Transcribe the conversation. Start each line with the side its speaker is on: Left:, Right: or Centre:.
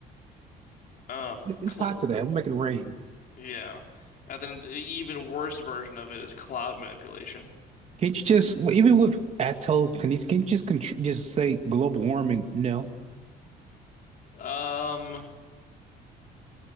Left: Um
Right: It- It's
Left: clo
Right: hot today. I'm making it rain.
Left: yeah. And then the even worst version of it is cloud manipulation.
Right: Can't you just well, even with atoll? Can you can you just contr just say global warming? No.
Left: Um